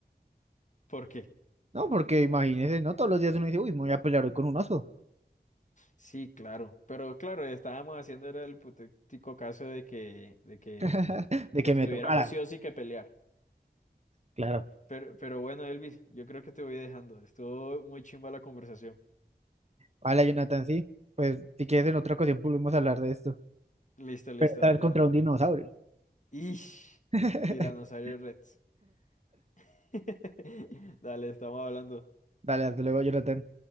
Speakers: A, on the left; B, on the right.
A: ¿Por qué?
B: No, porque imagínese, ¿no? Todos los días uno dice, uy, me voy a pelear hoy con un oso.
A: Sí, claro. Pero claro, estábamos haciendo era el hipotético caso de que, de que
B: <laughs> De que
A: estuviéramos
B: me tocara.
A: sí o sí que pelear.
B: Claro.
A: Pero, pero bueno, Elvis, yo creo que te voy dejando. Estuvo muy chimba la conversación.
B: Hola, Jonathan, sí. Pues si quieres en otra ocasión podemos hablar de esto.
A: Listo, listo,
B: Pero esta
A: dale,
B: vez contra
A: dale.
B: un dinosaurio.
A: Ish,
B: <laughs>
A: Tiranosaurio Rex. <laughs> Dale, estamos hablando.
B: Dale, hasta luego, Jonathan.